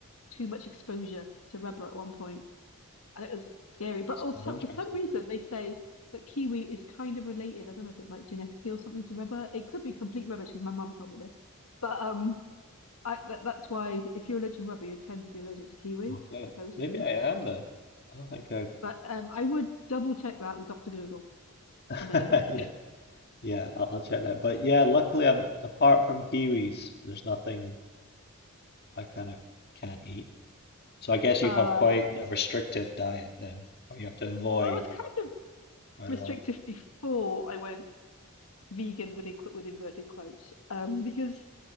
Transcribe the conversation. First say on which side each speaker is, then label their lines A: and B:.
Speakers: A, on the left (about 70°); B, on the left (about 45°).
A: too much exposure to rubber at one point, and it was scary. But
B: So
A: also
B: interesting.
A: for some reason they say that kiwi is kind of related. I don't know if it's like genetically or something to rubber. It could be complete rubbish because my mum told me this. But um, I that, that's why if you're allergic to rubber, you tend to be allergic to kiwi,
B: Okay.
A: supposedly.
B: Maybe I am then. I don't think I've
A: But um, I would double check that with Dr. Google.
B: <laughs>
A: or maybe not.
B: yeah.
A: <laughs>
B: Yeah, I'll, I'll check that. But yeah, luckily I'm apart from kiwis, there's nothing I kind of can't eat. So I guess you
A: Uh,
B: have quite
A: it's,
B: a restrictive diet then, or you have to avoid
A: well, I was kind of
B: quite
A: restrictive
B: a lot.
A: before I went vegan with, with inverted quotes um, because